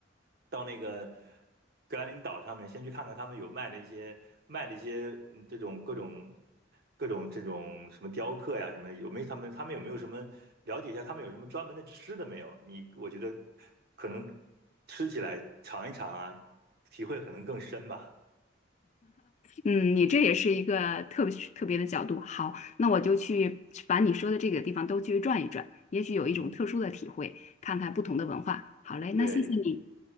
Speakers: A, on the right; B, on the left.
A: 到那个格兰林岛上面先去看看他们有卖的一些卖的一些嗯这种各种各种这种什么雕刻呀什么的有没有他们他们有没有什么了解一下他们有什么专门的吃的没有？你我觉得可能吃起来尝一尝啊，体会可能更深吧。
B: 嗯，你这也是一个特别特别的角度。好，那我就去把你说的这个地方都去转一转，也许有一种特殊的体会，
A: 嗯，
B: 看看不同的文化。好嘞，那谢谢你。
A: 对，